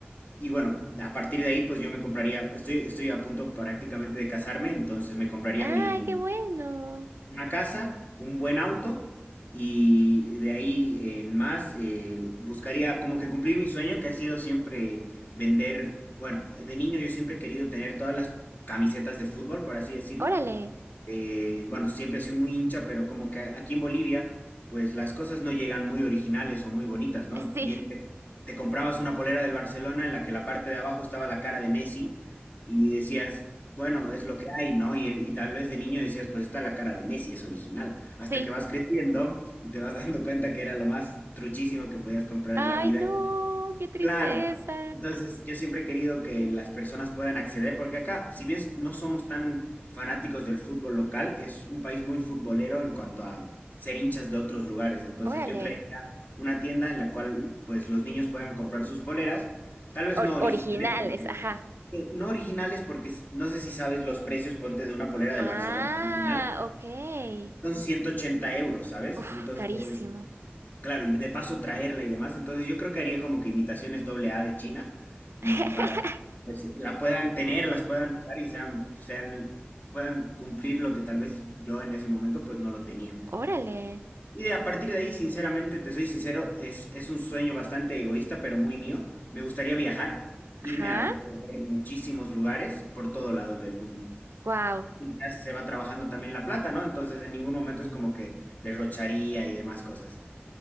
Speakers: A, on the left; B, on the right.
A: Y bueno, a partir de ahí, pues yo me compraría, estoy, estoy a punto prácticamente de casarme, entonces me compraría
B: Ay,
A: mi,
B: qué bueno.
A: una casa, un buen auto y de ahí en más eh, buscaría como que cumplir mi sueño que ha sido siempre vender, bueno, de niño yo siempre he querido tener todas las camisetas de fútbol, por así decirlo,
B: Órale,
A: eh, bueno, siempre he sido muy hincha, pero como que aquí en Bolivia, pues las cosas no llegan muy originales o muy bonitas, ¿no?
B: sí.
A: Bien, te, te comprabas una polera del Barcelona en la que la parte de abajo estaba la cara de Messi y decías, bueno, es lo que hay, ¿no? Y, y tal vez de niño decías, pues está la cara de Messi, es original. Hasta
B: Sí.
A: que vas creciendo y te vas <laughs> dando cuenta que era lo más truchísimo que podías comprar
B: Ay,
A: en la vida
B: no, qué tristeza.
A: Claro. Entonces, yo siempre he querido que las personas puedan acceder, porque acá, si bien no somos tan fanáticos del fútbol local, es un país muy futbolero en cuanto a ser hinchas de otros lugares. Entonces,
B: Órale.
A: yo traería una tienda en la cual, pues, los niños puedan comprar sus poleras, tal vez
B: Or-
A: no originales,
B: originales,
A: porque
B: ajá.
A: eh, no originales, porque s- no sé si sabes los precios, ponte de una polera del
B: Ah,
A: Barcelona original,
B: ok.
A: son 180 euros, ¿sabes?
B: Uf,
A: Entonces,
B: carísimo.
A: Claro, y de paso traerla y demás. Entonces yo creo que haría como que imitaciones doble A de China y
B: <laughs>
A: para que pues, la puedan tener, las puedan usar y sean, sean, puedan cumplir lo que tal vez yo en ese momento pues no lo tenía.
B: Órale.
A: Y de a partir de ahí, sinceramente, te soy sincero, es, es un sueño bastante egoísta, pero muy mío. Me gustaría viajar, irme
B: Ajá.
A: a recorrer muchísimos lugares por todo lado del mundo.
B: Wow.
A: Quizás se va trabajando también la plata, ¿no? Entonces en ningún momento es como que derrocharía y demás cosas.